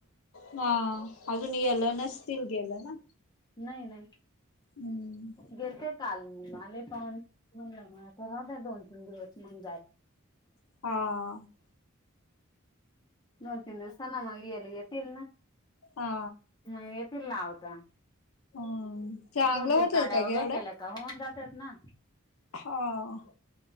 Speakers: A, on the left (about 80°); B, on the left (about 20°).
A: ना अजून गेल्या नसतील गेलं ना.
B: नाही नाही
A: हम्म
B: गेलते काल मंग आलेय पान म्हणलं म तर राहुदे दोन तीन दिवस मंग जाय.
A: हा.
B: दोन तीन दिवसांनी मग याले येतील ना
A: हा
B: मग येतील लावता.
A: हम्म चांगलं
B: दोन
A: होतल
B: तीन काड्या
A: का घेवढं
B: उभ्या केल्या का होऊन जातात ना.
A: हा.